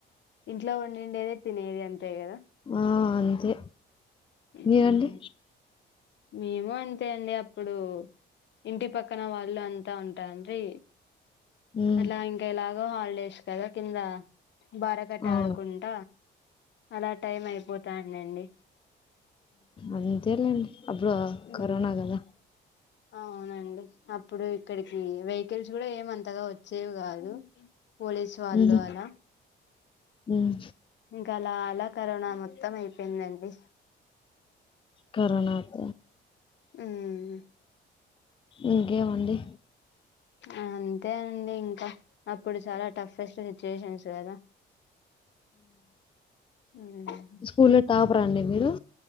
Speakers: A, on the left; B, on the left.
A: ఇంట్లో వండిండేదే తినేది అంతే కదా.
B: ఆ అంతే.
A: మ్మ్
B: మీరండి.
A: మేము అంతే అండి అప్పుడు ఇంటి పక్కన వాళ్ళు అంతా ఉంటాండీ.
B: ఉమ్
A: అట్ల ఇంక ఎలాగు హాలిడేస్ కద కింద. బారకట్ట
B: ఆ
A: ఆడుకుంట. అలా టైం అయిపోతాందండి.
B: అంతేలేండి. అపుడో
A: ఉమ్
B: కరోనా కదా.
A: అవునండి అప్పుడు ఇక్కడికి వెకిల్స్ కూడా ఏమంతగా వచ్చేవి కాదు పోలీసు వాళ్ళు
B: ఉహు
A: అలా
B: ఉమ్
A: ఇంకా అలా అలా కరోనా మొత్తం అయిపోయిందండి
B: కరోనాక
A: మ్మ్
B: ఇంకేమండి
A: అ అంతే అండి ఇంకా అప్పుడు చాలా టఫెస్ట్ సిచ్యువేషన్స్ కదా ఉమ్
B: స్కూలా టాప్ టాపర్అండి మీరు